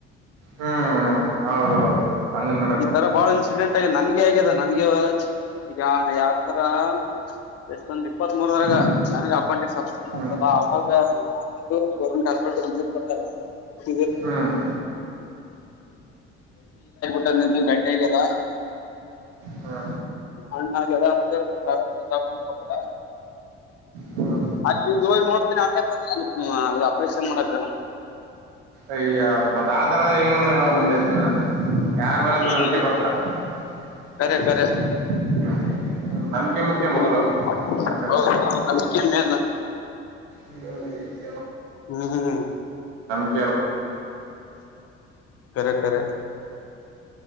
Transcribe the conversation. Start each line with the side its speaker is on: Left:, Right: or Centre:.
Right: ಹ್ಮ್ ಹೌದೌದು. ಹಂಗ ನಡಕ್
Left: ಈ
Right: ಕುಂತ
Left: ತರ ಬಾಳ ಇನ್ಸಿಡೆಂಟ್ ಆಗದ ನನ್ಗೆ ಆಗ್ಯದ ನನ್ಗೆ ಈಗ ಯಾವ ಯಾವತರಾ ಎಷ್ಟೊಂದ ಇಪ್ಪತ್ ಮೂರದಗ
Right: ಹ್ಮ್
Left: ನನ್ಗ ಅಪ್ಪಂಟಿಸ್ ಆಪರೇಷನ್
Right: ಹ್ಮ್
Left: ಆಗದಲ್ಲ ಅವಗಾ ನೋವು ಗೊ ಗೌರನಮೆಂಟ್ ಹಾಸ್ಪೇಟಲ್ <unintelligible>
Right: ಹ್ಮ್ ಹ್ಮ್
Left: <unintelligible> ಗಂಟೆ ಇದೆಯೆಲ್ಲಾ
Right: ಹಾ
Left: ಅಣ್ಣಾಗ <unintelligible>
Right: ಹ್ಹಾ
Left: ಅಲ್ಲಿಗ ಹೋಗಿ ನೋಡ್ತೇನಿ ಅವನಕ್ ಬಂದನ <unintelligible> ಆಪರೇಷನ್ ಮಾಡಕ
Right: ಅಯ್ಯ ಮತ್ತ ಆತರ ಅದರ ಹೆಂಗ ಮಾಡೋಣ ಹೇಳ ಮುಂದೆ ಜೀವನ ಯಾರ ಮೇಲೆ ಅಂತ
Left: ಹ್ಮ್
Right: ನಂಬಿಕೆ ಬರತ್ತಾ. <inaudible>
Left: ಕರೆ ಕರೆ
Right: ನಮ್ ಮುಖ್ಯ
Left: ಹ್ಮ್
Right: ಮೊದಲು ಮನುಷ್ಯನಗ
Left: ಹೌದು ನಂಬಿಕೆ ಮೇನ್
Right: <unintelligible> ಹ್ಮ
Left: ಹ್ಮ್ ಹ್ಮ್
Right: <inaudible>
Left: ಕರೆ ಕರೆ